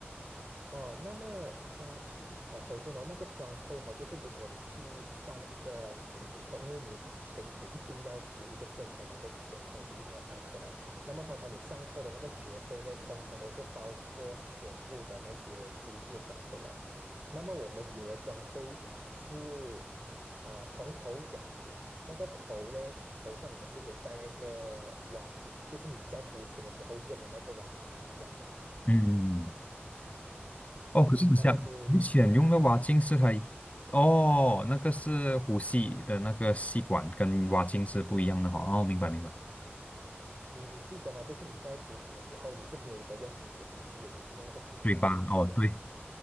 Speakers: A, on the right; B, on the left.
A: 哦，那么他需呃，首先哦，那个装备哦，就是如果你去上一个潜水课，因为你潜水一定要有一个证才能够去潜，然后你就一定要上课嘛。那么通常你上课的那个学费呢，通常都是包括全部的那些租借装备啊。那么我们有的装备是，呃，从头讲起来，那个头呢，头上我们就有戴那个蛙镜，就是你在浮潜的时候用的那个蛙镜是一样的。
B: 嗯，
A: 嗯哼，
B: 哦，可是等下，
A: 那个是
B: 浮潜用的蛙镜是它一，哦，那个是呼吸的那个吸管，跟蛙镜是不一样的哈。哦，明白明白，
A: 你你记得吗？就是你在浮潜的时候，你是没有得用鼻子呼吸的，你是用那个嘴巴呼吸的。
B: 对吧？哦，对，